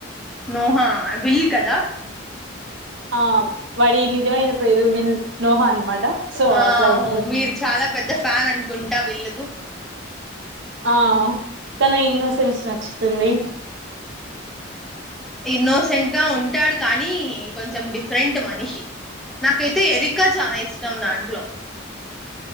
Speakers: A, in the centre; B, on the right.
A: నోహా విల్ కదా
B: ఆ వాడి నిజమైన పేరు విల్ నోహా అనమాట సో
A: ఆహో
B: అట్లా గుర్తు
A: మీరు చాలా పెద్ద ఫ్యాన్ అనుకున్ ట విల్ కు
B: ఆ తన ఇన్నో సెన్స్ నచ్చుతుంది
A: ఇన్నోసెంట్ గా ఉంటాడు కానీ కొంచెం డిఫరెంట్ మనిషి నాకైతే ఎరికా చానా ఇష్టం దాంట్లో